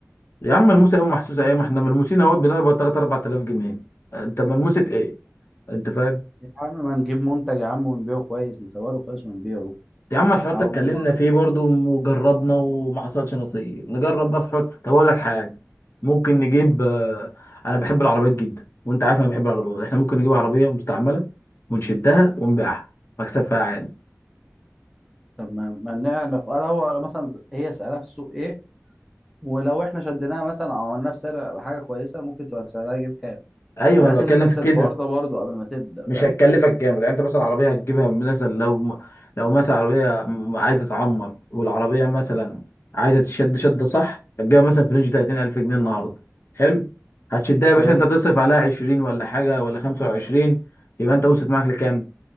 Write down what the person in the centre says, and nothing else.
يا عم ما نجيب منتج يا عم ونبيعه كويس نصوره له كويس ونبيعه
او
طب ما ما نعرف اه لو مثلا هي سعرها في السوق ايه ولو احنا شديناها مثلا او عملناها بسعر حاجه كويسه ممكن تبقى سعرها يجيب كام
يعني لازم
ندرس
الحوار ده برضه قبل ما تبدا
فاهم
حلو